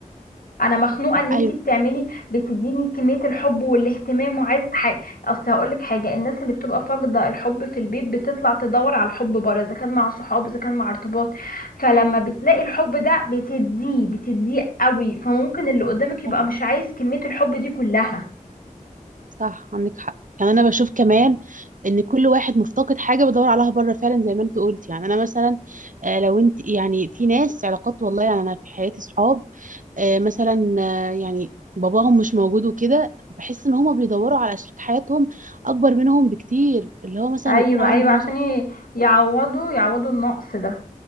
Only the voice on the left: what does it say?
انا مخنوقة ان انتي
بتعملي بتديني كمية الحب والاهتمام وعايزة حاجة اصل هقولك حاجة الناس اللي بتبقى فاقدة الحب في البيت بتطلع تدور على الحب بره اذا كان مع صحاب اذا كان مع ارتباط فلما بتلاقي الحب ده بتديه بتديه قوي فممكن اللي قدامك يبقى
مش عايز كمية الحب دي كلها
ايوه
ايوه عشان
ي- يعوضوا يعوضوا النقص ده